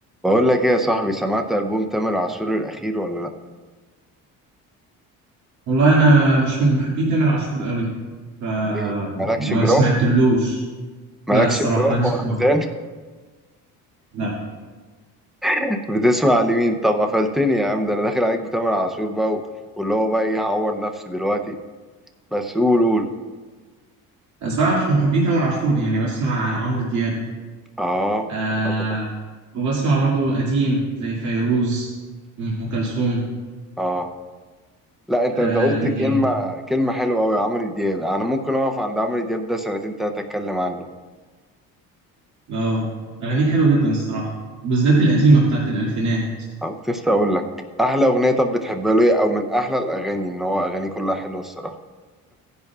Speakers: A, in the centre; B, on the right (about 55°).
A: بقول لك ايه يا صاحبي سمعت ألبوم تامر عاشور الأخير ولا لأ؟
B: والله انا مش من محبي تامر عاشور قوي فما
A: ليه؟ مالكش جراح؟
B: سمعتلوش
A: مالكش
B: لا الصراحه
A: جراح
B: ماليش
A: ولا
B: جراح
A: حزان؟
B: لا
A: <laughs> بتسمع لمين؟ طب قفلتني يا عم ده أنا داخل عليك بتامر عاشور بقى و- واللي هو بقى إيه هعور نفسي دلوقتي بس قول قول
B: الصراحه مش من محبي تامر عاشور يعني بسمع عمرو دياب
A: آه
B: آه
A: آه طبعا
B: وبسمع برضو قديم زي فيروز ام كلثوم
A: آه لا أنت
B: آه
A: أنت قلت
B: ايه
A: كلمة
B: تاني
A: كلمة حلوة أوي عمرو دياب أنا ممكن أقف عند عمرو دياب ده سنتين تلاتة أتكلم عنه
B: اه اغانيه حلوه جدا الصراحه بالذات القديمه بتاعت الالفينات
A: أو كنت لسه أقول لك أحلى أغنية طب بتحبها له إيه؟ أو من أحلى الأغاني إن هو أغانيه كلها حلوة الصراحة